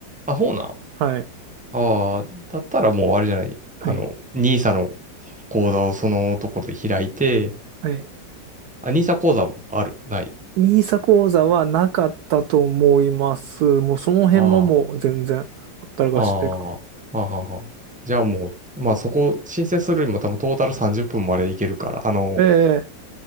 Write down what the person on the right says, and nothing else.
はい。
はい。
はい。
ニーサ口座はなかったと思います。もうその辺ももう全然ほったらかしというか。
ええ